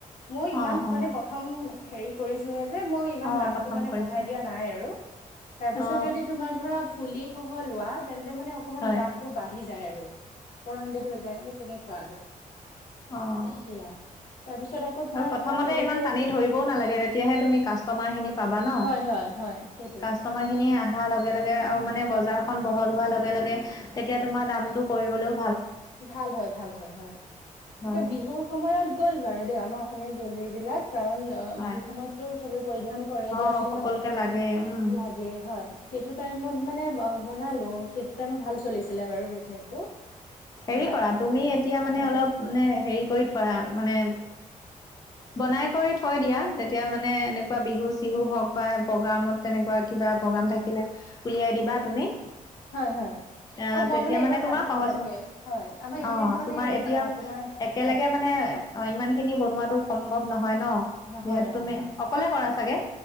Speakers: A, on the left; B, on the left.
A: মই ইমান
B: অ অ
A: মানে প্ৰথম হেৰি কৰিছো হে যে মই ই
B: অ
A: দটো
B: প্ৰথম
A: মানে
B: কৰিছা
A: ব দিয়া নাই আৰু তাৰপিছত
B: অ
A: যদি তোমাৰ ধ শ লোৱা তেন্তে মানে অকমান
B: হয়
A: দামতটো বাঢ়ি যায় আৰু ফৰ হাণ্ড্ৰেড হৈ যায় সেই তেনেকুৱা আৰু
B: আহ
A: সেয়া তাৰপিছত আকৌ তোমাৰ
B: আৰু প্ৰথমতে
A: ধৰা তেনেকে
B: ইমান টানি ধৰিবও নালাগে তেতিয়াহে
A: উম,
B: তুমি কাষ্টমাৰ খিনি পাবা ন
A: হয় হয় হয় সেইটোৱে
B: কাষ্টমাৰ খিনি অহাৰ লগে লগে আৰু মানে বজাৰখন বহল হোৱাৰ লগে লগে তেতিয়া তোমাৰ দামটো কৰিবলৈ
A: ভাল হয় ভাল হয় হয়
B: হয়।
A: এতিয়া বিহুৰ সময়ত গ'ল বাৰু দেই আমাৰ অসমীয়া জুয়েলাৰি বিলাক কাৰণ অ
B: হয়।
A: বিহু সময়ততো চবে পৰিধান কৰেই
B: অ'
A: দিয়াচোন
B: সকলোকে
A: ন
B: লাগে উম।
A: লাগেই হয় সেইটো টাইমত মানে বনালো সেইটো টাইমত ভাল চলিছিলে বাৰু বিজনেচটো
B: হেৰি
A: অলপ
B: কৰা তুমি এতিয়া মানে
A: হয়
B: অলপ মানে হেৰি কৰি থোৱা মানে বনাই কৰি থৈ দিয়া তেতিয়া মানে এনেকুৱা বিহু- চিহু হওক বা প্ৰগ্ৰামত তেনেকুৱা কিবা প্ৰগ্ৰাম থাকিলে উলিয়াই দিবা তুমি।
A: <unintelligible> হয় হয়
B: আহ
A: আৰু
B: তেতিয়া
A: মই মানে এইবাৰ
B: তোমাৰ
A: ভাবিছো
B: সহজ
A: তাকে
B: হ'ব।
A: হয় আমাৰ এইখিনিতো
B: অ',
A: মানে
B: তোমাৰ এতিয়া
A: তোমাৰ
B: একেলগে
A: হয়
B: মানে অ ইমান খিনি বনোৱা সম্ভৱ নহয় ন
A: নহয়
B: যিহেতু
A: নহয়
B: তুমি
A: নহয়
B: অকলে কৰা চাগে?